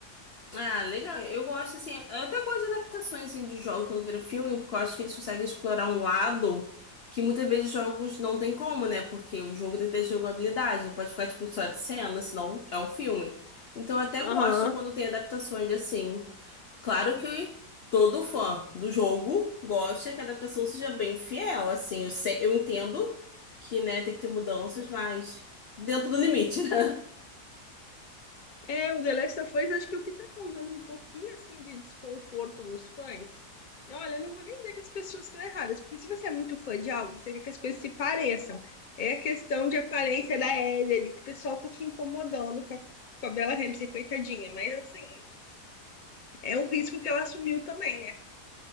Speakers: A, on the left; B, on the left.
A: Ah, legal. Eu gosto, assim, eu até gosto de adaptações, assim, de jogos quando vira filme, porque eu acho que eles conseguem explorar um lado que muitas vezes jogos não tem como, né? Porque o jogo tem que ter jogabilidade, não pode ficar, tipo, só de cena, senão é um filme. Então eu até
B: Aham.
A: gosto quando tem adaptações, assim. Claro que todo fã do jogo gosta que a adaptação seja bem fiel, assim. Eu sei, eu entendo que, né, tem que ter mudanças, mas dentro do limite. <laughs>
B: É, o The Last of Us acho que é o que tá causando um pouquinho assim de desconforto nos fãs. E olha, eu não vou nem dizer que as pessoas estão erradas, porque se você é muito fã de algo, você quer que as coisas se pareçam. É a questão de aparência da Ellie ali, que o pessoal tá se incomodando com a, com a Bella Ramsey, coitadinha. Mas assim, é um risco que ela assumiu também, né?